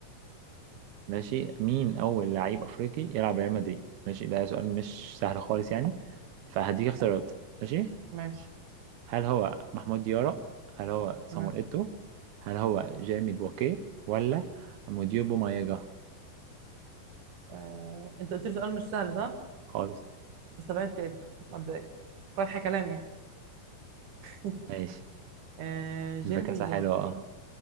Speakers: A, on the right; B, on the right.
A: ماشي مين أول لعيب أفريقي يلعب ريال مدريد ماشي ده سؤال مش سهل خالص يعني فهديك اختيارات ماشي
B: ماشي
A: هل هو محمود ديارة هل هو صامويل
B: تمام
A: إيتو هل هو جيرمي بوكيه ولا موديبو مايجا
B: آه، انت قلت لي سؤال مش سهل صح
A: خالص
B: استبعدت إيتو مبدئيا طرح كلام يعني <laughs>
A: ماشي
B: آه جيرمي
A: يبقى كاسة
B: بواكيه
A: حلوة اه